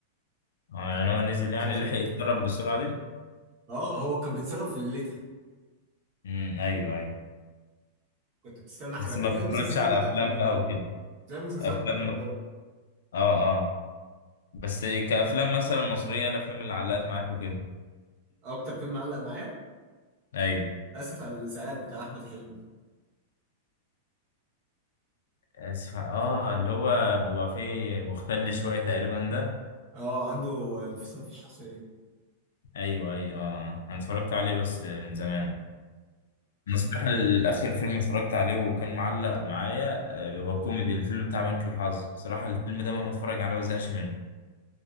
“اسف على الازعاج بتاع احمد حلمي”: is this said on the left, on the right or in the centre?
Right